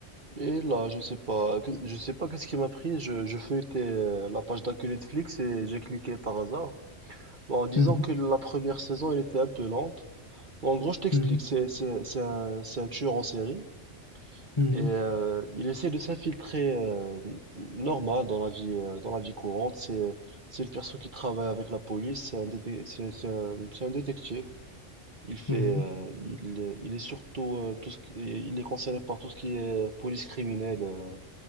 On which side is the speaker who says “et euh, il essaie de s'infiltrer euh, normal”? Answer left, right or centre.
Right